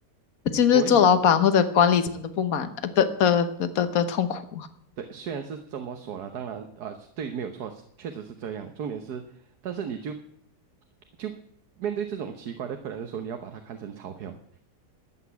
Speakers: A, on the left (about 60°); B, on the right (about 70°).
A: 这就是做老板或者管理层的不满呃的的的的的痛苦
B: 所嗯以，对，虽然是这么说了，当然啊、是对，没有错，是确实是这样。重点是，但是你就就面对这种奇怪的客人的时候，你要把它看成钞票，